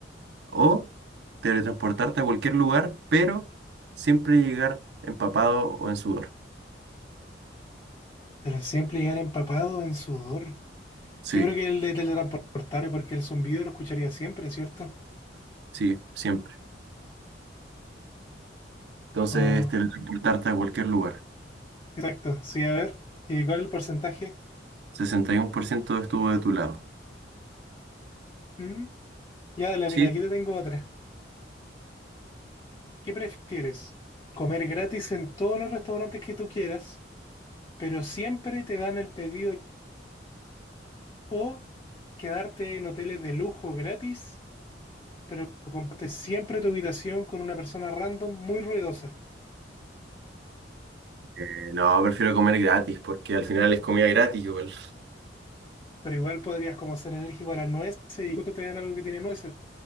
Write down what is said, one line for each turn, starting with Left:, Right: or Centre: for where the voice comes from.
Right: ¿O teletransportarte a cualquier lugar, pero siempre llegar empapado o en sudor?
Left: Pero siempre llegar empapado en sudor.
Right: Sí,
Left: Yo creo que el de teletransportarme, porque el zumbido lo escucharía siempre, ¿cierto?
Right: sí, siempre. Entonces,
Left: Oh,
Right: teletransportarte a cualquier lugar.
Left: exacto, sí, a ver. ¿Y cuál es el porcentaje?
Right: 61% estuvo de tu lado.
Left: ¿Mm? Ya, dale,
Right: Sí.
Left: mira, aquí te tengo otra. ¿Qué prefieres? ¿Comer gratis en todos los restaurantes que tú quieras, pero siempre te dan el pedido o quedarte en hoteles de lujo gratis, pero compartes siempre tu habitación con una persona random muy ruidosa.
Right: Eh, no, prefiero comer gratis, porque al final es comida gratis igual.
Left: Pero igual podrías como ser alérgico a las nueces y justo te dan algo que tiene nueces.